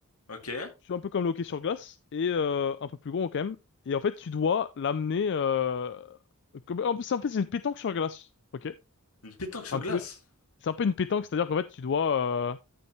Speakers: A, on the left; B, on the left.
A: Ok.
B: c'est un peu comme le hockey sur glace et euh, un peu plus gros quand même. Et en fait, tu dois l'amener. Euh, comme- en plus, en fait, c'est une pétanque sur glace. Ok.
A: Une pétanque sur
B: Un
A: glace.
B: peu, c'est un peu une pétanque, c'est-à-dire qu'en fait, tu dois, euh,